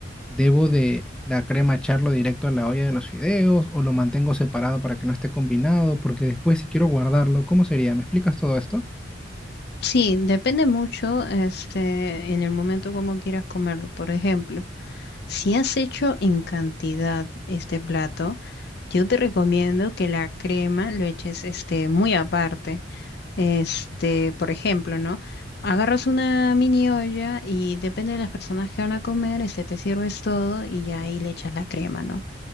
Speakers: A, in the centre; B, on the left.
A: ¿debo de la crema echarlo directo a la olla de los fideos o lo mantengo separado para que no esté combinado? Porque después si quiero guardarlo, ¿cómo sería? ¿Me explicas todo esto?
B: Sí, depende mucho, este, en el momento como quieras comerlo. Por ejemplo, si has hecho en cantidad este plato, yo te recomiendo que la crema lo eches, este, muy aparte. Este, por ejemplo, ¿no? Agarras una mini olla y depende de las personas que van a comer, este, te sirves todo y ya ahí le echas la crema, ¿no?